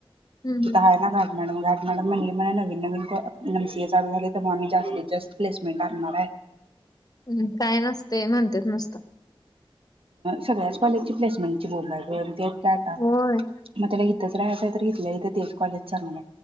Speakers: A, on the left (about 45°); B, on the right (about 75°).
A: हम्म
B: तुथ
A: हम्म.
B: आहे ना घा मॅडम घाट मॅडम म्हणली म्ह नवीन नवीन एम सी झाले तर म्ी जास्तीत जास्त प्लेसमेंट आणणार आहे
A: हम्म काय नसते म्हणतेेत नुसतं
B: सगळ्याच कॉलेजची प्लेसमेंटची बोंबायक त्या कायटा
A: होय
B: मतला आहे तर घेतलं इथं तेज कॉलेज चांगलं